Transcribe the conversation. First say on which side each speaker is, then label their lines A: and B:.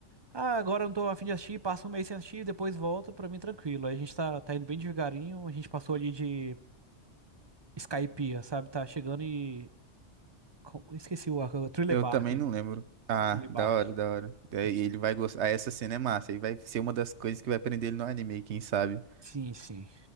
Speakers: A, on the right (about 30°); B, on the right (about 70°).
A: Ah, agora eu não tô afim de assistir, passa um mês sem assistir, depois volta, pra mim tranquilo. Aí a gente tá, tá indo bem devagarinho, a gente passou ali de Skypiea, sabe? Tá chegando e. co- Esqueci o arco, Thriller
B: Eu
A: Bark.
B: também não lembro. Ah,
A: Thriller Bark.
B: da hora, da hora. É,
A: A gente
B: E ele
A: tá-
B: vai gostar. Ah, essa cena é massa. E vai ser uma das coisas que vai prender ele no anime, quem sabe?
A: Sim, sim.